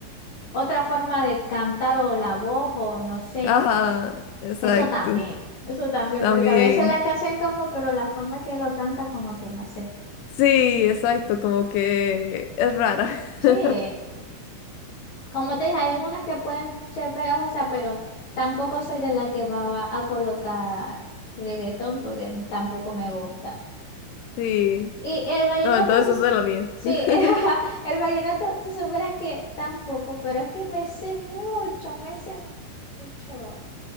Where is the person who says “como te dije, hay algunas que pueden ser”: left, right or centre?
Left